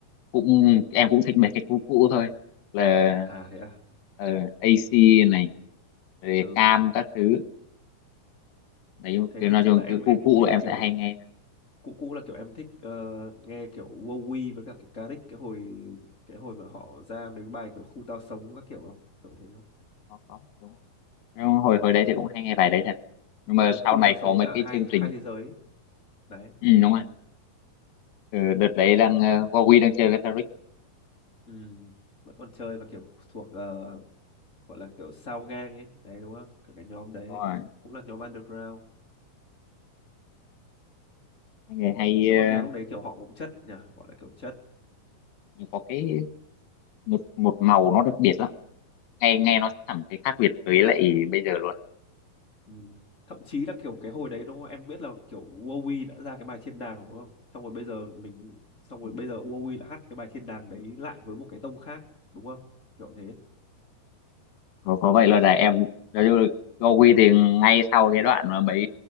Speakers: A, on the left; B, on the left.
A: cũng em cũng thích mấy cái cũ cũ thôi là
B: à thế à
A: ờ, AC này rồi
B: ừ
A: cam các thứ đấy
B: thế
A: cứ
B: thì
A: nói
B: chắc
A: chung
B: là em
A: cứ
B: em
A: cũ
B: cũng
A: cũ
B: thích
A: em
B: kiểu
A: sẽ hay nghe thôi.
B: cũ cũ là kiểu em thích ờ, nghe kiểu Wowy với cả kiểu Karik cái hồi cái hồi mà họ ra mấy cái bài kiểu khu tao sống các kiểu không kiểu thế không
A: có có đúng không nhưng hồi hồi
B: ừ.
A: đấy thì cũng hay nghe bài đấy thật nhưng mà
B: đấy khu
A: sau này
B: tao sống
A: có
B: với
A: mấy
B: cả
A: cái
B: hai
A: chương trình
B: hai thế giới ấy. đấy
A: ừ, đúng
B: đúng
A: rồi
B: không
A: ừ, đợt đấy đang uh, Huawei đang chơi với Taric
B: ừ. vẫn còn chơi và kiểu thuộc ờ, gọi là kiểu sao gang ấy đấy đúng không kiểu cái nhóm đấy
A: đúng rồi
B: cũng, cũng là nhóm underground
A: Mấy người hay
B: kiểu
A: ờ,
B: âm nhạc lúc đấy kiểu họ cũng chất nhỉ gọi là kiểu chất
A: nhưng có cái một một màu nó đặc biệt lắm nghe
B: ừ.
A: nghe nó cảm thấy khác biệt với lại bây giờ luôn
B: Ừ. thậm chí là kiểu cái hồi đấy đúng không em biết là kiểu Wowy đã ra cái bài thiên đàng đúng không xong rồi bây giờ mình xong rồi
A: Ừ.
B: bây giờ Wowy lại hát cái bài thiên đàng đấy lại với một cái tông khác đúng không kiểu thế
A: có, có vậy là, là em nói chung là Gowi thì ngay sau cái đoạn mà mấy